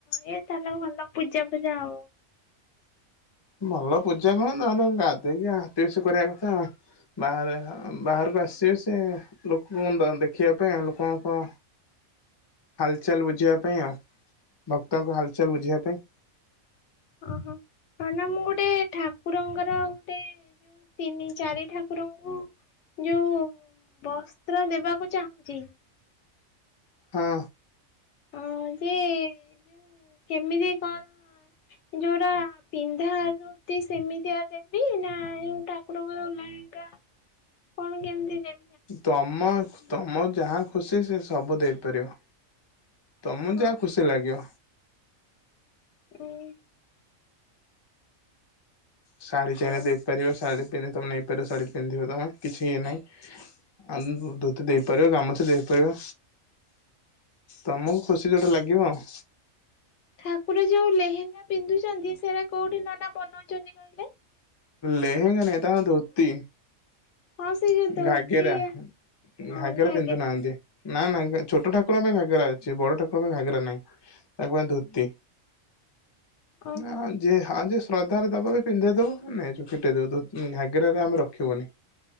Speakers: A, on the left; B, on the left.
A: ରେ ତାହେଲେ ଭଲ ପୂଜା ପୂଜା ହବ।
B: ଭଲ ପୂଜା କଣ ତ ତ ଗାଧେଇକି ହାତସ କରିବା କଥା। ବାହାରେ ବାହାରକୁ ଆସିବେ ସେ ଲୋକ କୁହନ୍ତ ଦେଖିବା ପାଇଁ ଲୋକଙ୍କ ହାଲଚାଲ ବୁଝିବା ପାଇଁ ଆଉ ଭକ୍ତଙ୍କୁ ହାଲଚାଲ ବୁଝିବା ପାଇଁ।
A: ଓହୋ ପ୍ରଣାମ ଗୋଟେ ଠାକୁରଙ୍କର ଗୋଟେ ତିନି ଚାରି ଠାକୁରଙ୍କୁ ଯୋଉ ବସ୍ତ୍ର ଦେବାକୁ ଚାହୁଁଛି।
B: ହଁ।
A: ଅ ଯେ ଯୋଉ କେମିତି କଣ ଯୋଉଟା ପିନ୍ଧା ଆସ ସେମିତିଆ ଦେବି ନା ଯୋଉ ଠାକୁରଙ୍କ ଯ କଣ କେମିତି ଦେ
B: ତମ ତମ ଯାହା ଖୁସି ସେ ସବୁ ଦେଇପାରିବ। ତମକୁ
A: ହଁ
B: ଯାହା ଖୁସି ଲାଗିବ।
A: <unintelligible>
B: ଶାଢୀ ଚନା
A: ଉଁ
B: ଦେଇପାରିବ ଶାଢୀ ପଧ ତମେ ନେଇପାର ଶାଢୀ ପିନ୍ଧିବ ତମେ କିଛି ଇଏ ନାଇଁ ଆ ଧ ଦେଇ ପାରିବ କାମ ଅଛ ଦେଖିପାରିବ ତମକୁ ଖୁସି ଯୋଉଟା ଲାଗିବ ଆଉ।
A: ଠାକୁର ଯୋଉ ଲେହେଙ୍ଗା ପିନ୍ଧୁଛନ୍ତି ସେଟା କୋଉଠି ନାନ ବନାଉଛନ୍ତି କହିଲେ।
B: ଲେହେଙ୍ଗା ନାହିଂ ତାକଂର ଧୋତି।
A: ହଁ ସେ ଯୋଉ ଧୋତି
B: ଘାଘେରା
A: ହଁ
B: ଘାଘେରା
A: ଘାଗେରା
B: ପିନ୍ଧୁ ନାହାନ୍ତି। ନା ନାଇଂ ଛୋଟ ଠାକୁରଙ୍କ ପାଇଁ ଘାଗେରା ଅଛି ବଡ ଠାକୁରଙ୍କ ପାଇଁ ଘାଗେରା ନହିଁ ତାକୁ ପାଇଁ ଧୋତି।
A: ଓହୋ
B: ନାଁ ଯେ ହଁ ଯେ ଶ୍ରଦ୍ଧାରେ ଦବ କି ପିନ୍ଧେଇ ଦବୁ ନେଇଁ ଫିଟେଦ ଉ ଘାଗେରା ଆମେ ରଖିବୁନି।